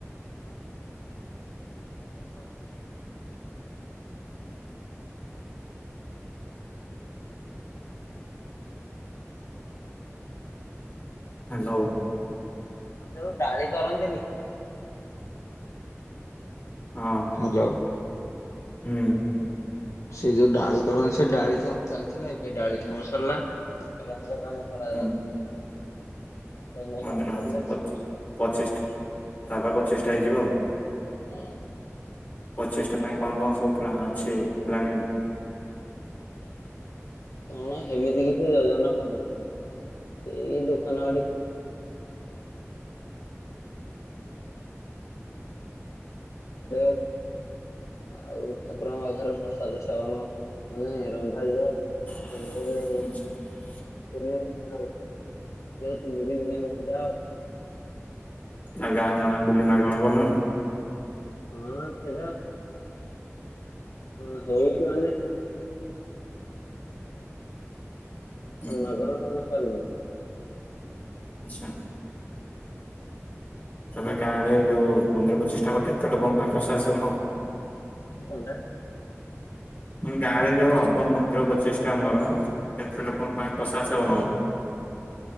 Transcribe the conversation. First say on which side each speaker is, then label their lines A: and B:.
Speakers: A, on the left; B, on the left.
A: ହରି
B: ହେଲୋ।
A: ଆଉ ଯୋଉ ଡାଳି କରନ୍ତିନି?
B: ହଁ।
A: <inaudible>
B: <inaudible>
A: ସେ ଡ଼ାଳି କାମ ଚାଲିଥିଲା, ଏବେ ଡ଼ାଳି କାମ ସର୍ଲା। ରଙ୍ଗ କାମ <inaudible>
B: ହୁଁ
A: ରଙ୍ଗ
B: <inaudible>
A: କାମ ସରିଲେ ପଚିଶ ହଁ।
B: ପଚିଷ୍ଟା ପାଇଁ କ'ଣ କ'ଣ ସବୁ୍ ଅଛି ପ୍ଲାନିଂ?
A: କ'ଣ ହେମିତି କିଛି ଯୋଜନା କରନାହା, ସେଇ ଦୋକାନ <inaudible> <inaudible> ଆଉ ଠାକୁରଙ୍କ ପାଖରେ ପ୍ରସାଦ ସେବନ ମାନେ ରନ୍ଧାଯିବ।
B: ଆଚ୍ଛା
A: ତିନି ଦିନି ତିନି ଦିନ୍‌ ରହି, ସେଇ ତିନି ଦିନ୍‌ ଯା------ପୂଜା ଆଉ।
B: ଆ ଗାଁ
A: ହଉଛି
B: ବୁଲି ମାଗଣ ଲଣି।
A: ହଁ! ସେ <unintelligible> ଏଇତ
B: ହୁଁ,
A: ମାଗଣ କାମ ସରିନି।
B: <inaudible> ତା'ହେଲେ ଗାଁ ରେ ଯଉ ମନ୍ଦିର ପଚିଷ୍ଟା, କେତେ ଲୋକଙ୍କ ପାଇଁ ପସାଦ ସେବନ
A: କଣ୍ଟା
B: ଗାଁ, ରେ ଯଉ ହବ ମନ୍ଦିର ପଚିଷ୍ଟା ଆମର। କେତେ ଲୋକଙ୍କ ପାଇଁ ପସାଦ୍‌ ସେବନ